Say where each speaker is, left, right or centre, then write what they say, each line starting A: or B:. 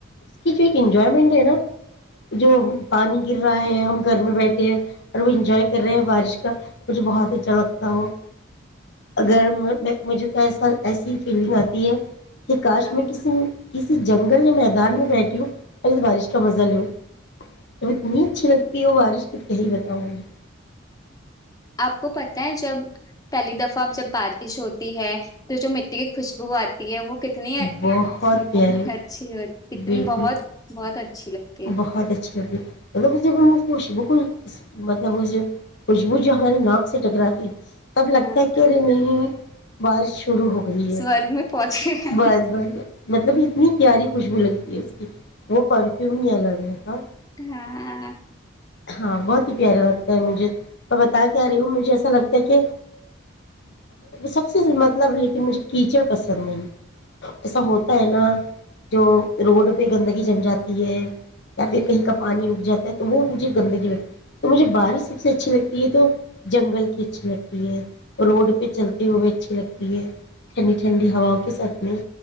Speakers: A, on the left (about 55°); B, on the left (about 20°).
A: اس کی جو ایک انجوائمنٹ ہے نا جو پانی گر رہا ہے ہم گھر میں بیٹھے ہیں <unintelligible> اور وہ انجوائے کر رہے ہیں بارش <unintelligible> کا مجھے بہت اچھا لگتا ہو <unintelligible> اگر
B: ہ
A: مجھے تو ایسا <unintelligible> ایسی فیلنگ آتی ہے <unintelligible> کہ کاش
B: ہاں
A: میں کسی <unintelligible> کسی جنگل یا میدان میں بیٹ ہوں اور اس بارش کا مزہ لوں <unintelligible> تو اتنی اچھی لگتی ہے وہ وارش <unintelligible> یہی بتاؤں گی <unintelligible>
B: آپ کو پتہ ہے جب پہلی دفعہ اب جب بارش ہوتی <unintelligible> ہے تو جو مٹی کے خوشبو آتی ہے وہ کتنی اچھی
A: بہت پیاری
B: ہو کتنی
A: بالکل
B: بہت بہت <unintelligible> ہے
A: بہت اچھی لگتی ملب ب میں خوش بھی کوئی مطلب اس جو خوشبو جو ہماری ناک سے ٹکراتی ہے اب لگتا
B: ہاں
A: ہے کہے نہیں بارش شرو ہو گئی ہے
B: سورگ میں پہنچے ہم
A: بس بس بس مطلب اتنی پیاری خوشبو لگتی ہے اس کی وہ پر <unintelligible> فیوں نہیںلگ گ ہے ہاں <unintelligible>
B: ہاں
A: ہاں بہت ہی پیارا لگتا ہے مجھے میں بتا کے آ رہی ہوں مجھے ایسا لگتا ہے کہ سب سے مطلب لیکن مجھے کیچڑ پسند نہیں ایسا ہوتا ہے نا جو روڈ پہ گندگی جم جاتی ہے یا پھر
B: ہ
A: کہیں کا پانی اگ جاتا ہے وہ مجھے گندگی لگتی ہے تو مجھے بارش سب سے اچھی لگتی ہے تو جنگل کی اچھی لگتی ہے روڈ پہ چلتا وہ بھی اچھی لگتی ہے ٹھنڈ ٹھنڈی ہواؤں کے ساتھ میں